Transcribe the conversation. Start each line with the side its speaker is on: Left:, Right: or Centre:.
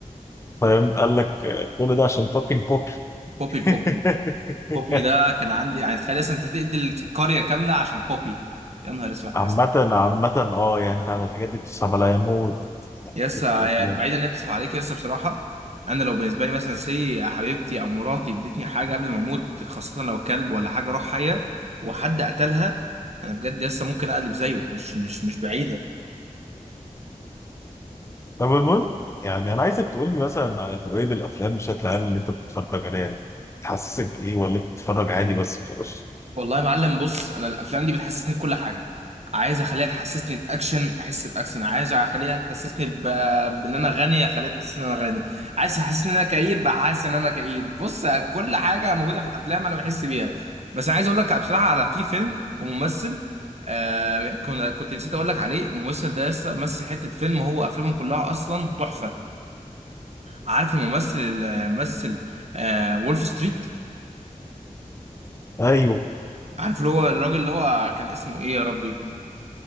Left: فاهم قال لك آه، كل ده عشان فاكينج بوك
Right: <laughs> بوبي
Left: <laughs>
Right: بوبي بوبي ده كان عندي يعني تخيل اصلا انت تقتل قريه كامله عشان بوبي يا نهار اسود
Left: عامة
Right: يا اسطى
Left: عامة اه يعني انا الحاجات دي بتصعب عليا موت يعني
Right: يسا
Left: بتموت
Right: يا
Left: في الأفلام.
Right: اسطى بعيدا ان هي بتسحب عليك يا اسطى بصراحه انا لو بالنسبه لي مثلا سي حبيبتي او مراتي ادتني حاجه قبل ما اموت خاصه لو كلب ولا حاجه روح حيه وحد قتلها انا بجد لسه ممكن اقلب زيه مش مش مش بعيده
Left: طب المهم يعني انا عايزك تقول لي مثلا على تقييد الافلام بشكل عام اللي انت بتتفرج عليها يعني تحسسك بايه ولا بتتفرج عادي بس خلاص
Right: والله يا معلم بص انا الافلام دي بتحسسني بكل حاجه عايز اخليها تحسسني باكشن احس باكشن عايز اخليها تحسسني ب... بان انا غني اخليها تحسسني ان انا غني عايز تحسسني ان انا كئيب حاسس ان انا كئيب بص كل حاجه موجوده في الافلام انا بحس بيها بس انا عايز اقول لك بصراحه على في فيلم وممثل آه كنا كنت نسيت اقول لك عليه الممثل ده لسه مثل حته فيلم هو افلامه كلها اصلا تحفه عارف الممثل اللي مثل آه وولف ستريت
Left: ايوه
Right: عارف اللي هو الراجل اللي هو كان اسمه ايه يا ربي